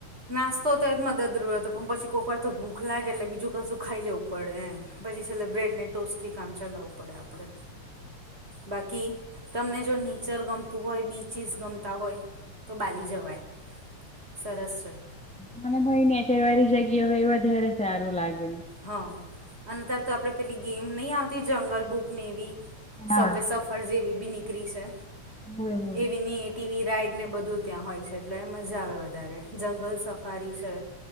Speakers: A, on the right; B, in the centre.
A: નાસ્તો તો એ જ મદદર હતો પણ પછી કોઈક વાર તો ભૂખ લાગે એટલે બીજું કશું ખાઈ લેવું પડે એમ પછી છેલ્ બ્રેડ ને ટોસ થી કામ ચલાવવું પડે આપડે બાકી તમને જો નેચર ગમતું હોય બીચિસ ગમતા હોય તો બાલી જવાય. સરસ છે.
B: મને મહયને છે વારી જગ્યા હોય એ વધારે સારું લાગે.
A: હા અને ત્યારે તો આપડે પેલી ગેમ નહી આવતી જંગલ બુક એવી
B: હા
A: સવે સફર. ફળ જેેવી બી નીકળી છે
B: હોય હોય
A: એ વિની ટીવી રાઈડ ને બધું ત્યાં હોય છે એટલે મજા આવે વધારે. જંગલ સફારી છે